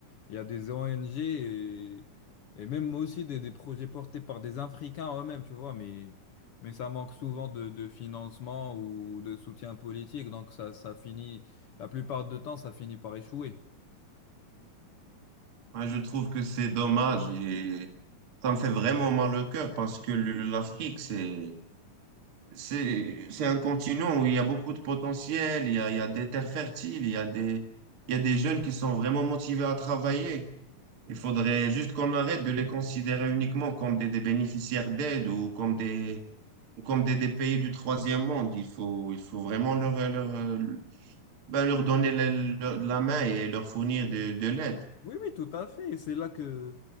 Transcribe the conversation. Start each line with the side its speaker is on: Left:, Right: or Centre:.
Left: Il y a des ONG et, et même aussi des, des projets portés par des Africains eux-mêmes, tu vois, mais, mais ça manque souvent de, de financement ou de soutien politique, donc ça, ça finit, la plupart du temps, ça finit par échouer.
Right: Moi, je trouve que c'est dommage et ça me fait vraiment mal au cœur parce que le- l'Afrique, c'est, c'est, c'est un continent où il y a beaucoup de potentiel, il y a, il y a des terres fertiles, il y a des, il y a des jeunes qui sont vraiment motivés à travailler. Il faudrait juste qu'on arrête de les considérer uniquement comme des, des bénéficiaires d'aide ou comme des comme des, des pays du troisième monde. Il faut, il faut vraiment leur, euh, leur, euh, ben, leur donner la, leur- la main et leur fournir de, de l'aide.
Left: Oui, oui, tout à fait, et c'est là que,